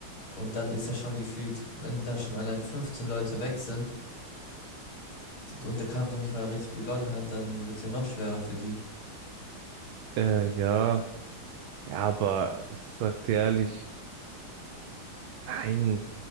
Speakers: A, on the left (about 80°); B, on the right (about 75°).
A: Und dann ist ja schon gefühlt, wenn da schon allein 15 Leute weg sind, und der Kampf noch nicht mal richtig begonnen hat, dann wird es ja noch schwerer für die.
B: äh, ja, ja, aber ich sag dir ehrlich, nein,